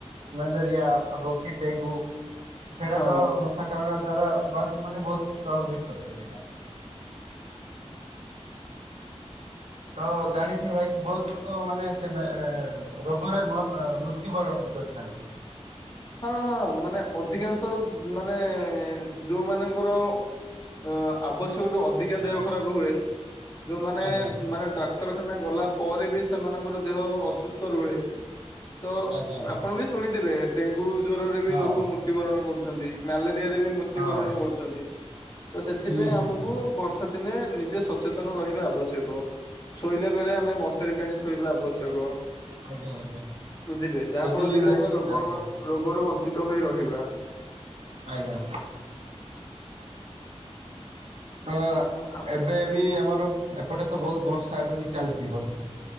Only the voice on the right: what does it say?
ମ୍ୟାଲେରିଆ ହଉ କି ଡେଙ୍ଗୁ ସେଇଟା
ତ ମଶା କାମ୍ବୁଡିବା ଦ୍ଵାରା ମତ୍ ମାନେ ବହୁତ ସ୍ୱାଭାବିକ କଥା ସେଇଟା। ତ ଜାଣିଛି ଭାଇ ବହୁତ ଲୋକ ମାନେ ସେ ମେ ଏ, ରୋଗରେ ମ-ଅ, ମୃତ୍ୟୁବରଣ ବି କରିଥାନ୍ତି।
ହଁ
ଆଜ୍ଞା
ଆଜ୍ଞା ଆଜ୍ଞା
ହଁ
ହଁ ଭାଇ
ହୁଁ ହୁଁ
ହୁଁ।
ଆଜ୍ଞା ଆଜ୍ଞା
ଯଦି
ଭାଇ
ଆଜ୍ଞା
ଆଜ୍ଞା। ତ ଆ
ଏବେ ବି ଆମର ଏପଟେ ତ ବହୁତ ବର୍ଷା ଏବେ ବି ଚାଲିଚି ବର୍ଷା।